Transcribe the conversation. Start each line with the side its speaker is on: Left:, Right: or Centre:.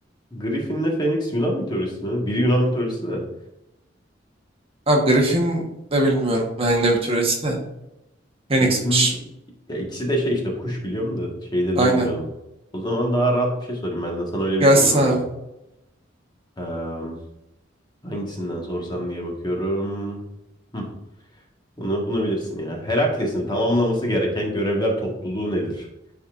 Left: Griffin'le Phoenix Yunan mitolojisi mi? Biri Yunan mitolojisi de.
Right: Abi Griffin de bilmiyorum. Yani ne mitolojisi de. Phoenix'miş.
Left: Griffin şey- ya ikisi de şey işte kuş biliyorum da şeylerini
Right: Aynen.
Left: bilmiyordum. O zaman daha rahat bir şey sorayım ben de sana öyle
Right: Gelsin
Left: bitirelim abi.
Right: abi.
Left: Ee, hangisinden sorsam diye bakıyorum. Hı, bunu bunu bilirsin ya. Herakles'in tamamlaması gereken görevler topluluğu nedir?